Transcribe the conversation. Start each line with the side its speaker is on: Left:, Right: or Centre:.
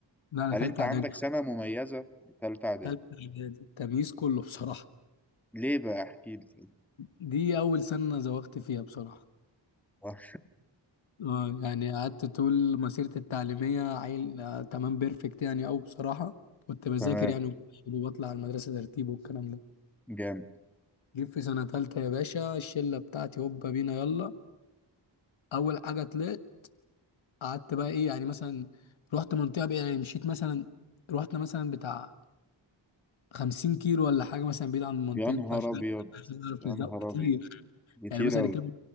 Left: لا انا
Centre: هل
Left: تالتة
Centre: أنت عندك
Left: اعدادي
Centre: سنة مميزة في تالتة إعدادي
Left: تالتة إعدادي التمييز كله بصراحة
Centre: ليه بقى احكي لي <laughs>
Left: دي أول سنة زوغت فيها بصراحة
Centre: آه،
Left: اه يعني قعدت طول مسيرتي التعليمية عيل آه تمام بيرفكت يعني أوي بصراحة كنت بذاكر
Centre: تمام
Left: يعني وبطلع على المدرسة ترتيب والكلام ده
Centre: جامد
Left: جيت في سنة تالتة يا باشا الشلة بتاعتي هوبا بينا يلا أول حاجة طلعت قعدت بقى إيه يعني مثلا رحت منطقة بقى يعني مشيت مثلا رحنا مثلا بتاع 50 كيلو ولا حاجة مثلا بعيد عن منطقتنا
Centre: يا نهار
Left: عشان
Centre: أبيض
Left: عشان نعرف
Centre: يا
Left: نزوغ
Centre: نهار
Left: كتير
Centre: أبيض كتير
Left: يعني مثلا
Centre: أوي
Left: ركبنا